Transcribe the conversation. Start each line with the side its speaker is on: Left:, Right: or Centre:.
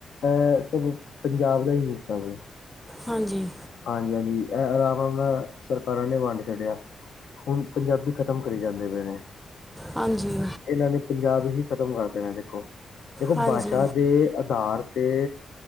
Left: ਇਹ ਸਭ ਪੰਜਾਬ ਦਾ ਹੀ ਹਿੱਸਾ ਸੀ।
Centre: ਹਾਂਜੀ।
Left: ਹਾਂਜੀ, ਹਾਂਜੀ। ਇਹ ਆਰਾਮ ਆਮ ਨਾਲ ਸਰਕਾਰਾਂ ਨੇ ਵੰਡ ਛੱਡਿਆ। ਹੁਣ ਪੰਜਾਬੀ ਖਤਮ ਕਰੀ ਜਾਂਦੇ ਪਏ ਨੇ
Centre: ਹਾਂਜੀ
Left: ਇਹਨਾਂ ਨੇ ਪੰਜਾਬ ਹੀ ਖ਼ਤਮ ਕਰਦੇ ਨੇ ਦੇਖੋ ਦੇਖੋ
Centre: ਹਾਂਜੀ
Left: ਭਾਸ਼ਾ ਦੇ ਆਧਾਰ ਤੇ